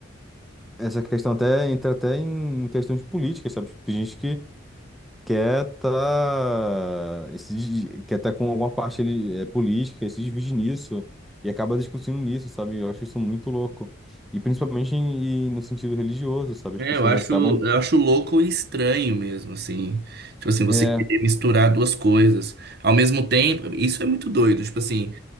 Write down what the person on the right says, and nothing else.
É,
eu acho,
eu acho louco e estranho mesmo, assim. Tipo assim, você
querer misturar duas coisas. Ao mesmo tempo, isso é muito doido. Tipo assim,